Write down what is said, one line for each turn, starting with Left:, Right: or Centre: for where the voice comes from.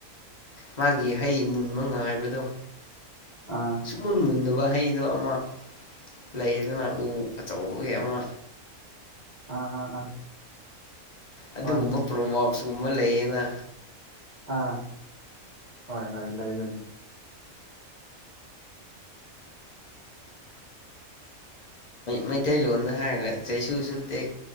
Left: ꯃꯥꯒꯤ ꯍꯩ ꯃꯨꯟꯕ ꯉꯥꯏꯕꯗꯣ
Right: ꯑꯥ
Left: ꯁꯨꯃꯨꯟ ꯃꯨꯟꯕ ꯍꯩꯗꯣ ꯑꯃ ꯂꯩꯗꯅ ꯎ ꯑꯆꯧꯕꯒꯤ ꯑꯃ
Right: ꯑꯥ ꯑꯥ ꯑꯥ
Left: ꯑꯗꯨꯒꯨꯝꯕ
Right: ꯍꯣꯏ
Left: ꯄ꯭ꯔꯣꯕꯥꯣꯞꯁꯀꯨꯝꯕ ꯂꯩꯌꯦꯅ
Right: ꯑꯥ ꯍꯣꯏ ꯍꯣꯏ ꯂꯩ ꯂꯩꯕꯅꯤ
Left: ꯃꯩꯇꯩꯂꯣꯟꯗ ꯍꯥꯏꯔꯒ ꯆꯩꯁꯨꯁꯨ ꯇꯦꯛ